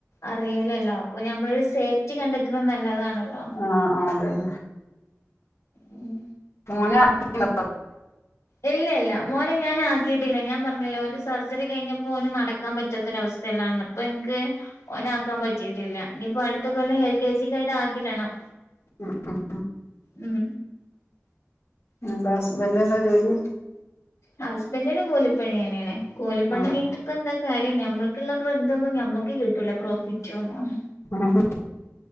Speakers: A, on the left; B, on the left.
A: അറയില്ലല്ലോ ഇപ്പൊ ഞമ്മൾ സേഫ്റ്റി കണ്ടെത്തണ നല്ലതാണല്ലോ
B: അതെ അതെ ആഹ് ആഹ് അതന്നെ
A: ഉം
B: മോന ആ <unintelligible>
A: ഇല്ല ഇല്ല മോനെ ഞാൻാക്കിയിട്ടില്ല ഞാൻ പറഞ്ഞില്ലോ ഓന്റെ സർജറി കഴിഞ്ഞപ്പോ ഓന് നടക്കാൻ പറ്റാത്തൊരവസ്ഥ <unintelligible> അപ്പൊ എനിക്ക് ഓനാക്കാം പറ്റീട്ടില്ല. ഞ്ഞിപ്പം അട്ത്ത കൊല്ലം എൽ. കെ ജിക്കായിട്ട് ആക്കിടണം.
B: ഉംഉം
A: ഉം
B: എന്താ ഹസ്ബൻ്റിനെന്താ ജോലി?
A: ഹസ്ബൻ്റിന് കൂലിപ്പണിയെന്നേണ്. കൂലിപ്പണിയേറ്റ്
B: ആഹ്
A: ഇപ്പൊ എന്താ കാര്യം ഞമ്മൾക്ക്ള്ള ബന്തൊന്നും ഞമ്മക്ക് കിട്ടൂല പ്രോഫിറ്റോന്നും
B: ആഹ്